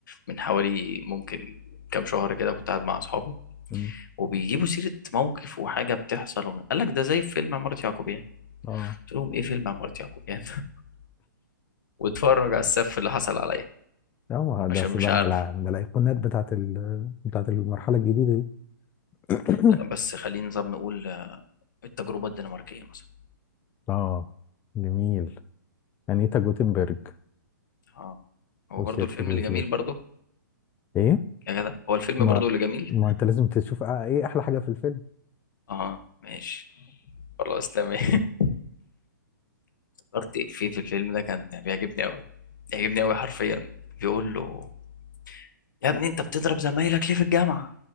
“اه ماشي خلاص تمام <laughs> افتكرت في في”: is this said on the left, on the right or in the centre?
Left